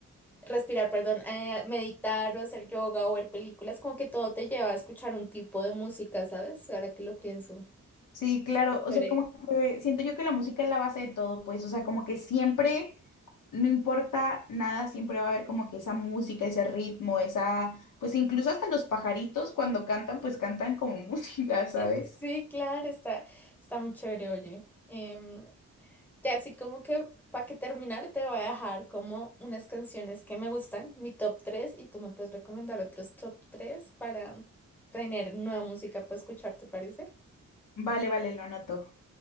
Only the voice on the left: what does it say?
Sí, claro, o
sea, como que siento yo que la música es la base de todo, pues, o sea, como que siempre, no importa nada, siempre va a haber como que esa música, ese ritmo, esa, pues incluso hasta los pajaritos cuando cantan, pues cantan como <laughs> música, ¿sabes?
Vale, vale, lo anoto.